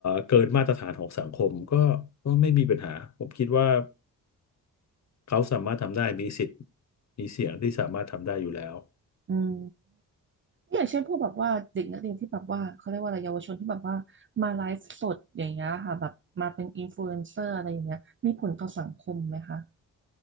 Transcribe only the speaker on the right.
อืมอย่างเช่นพวกแบบว่าเด็กนักเรียนที่แบบว่าเขาเรียกว่าอะไรเยาวชนที่แบบว่ามาไลฟ์สดอย่างเงี้ยค่ะแบบมาเป็นอินฟลูเอนเซอร์อะไรอย่างเงี้ยมีผลต่อสังคมไหมคะ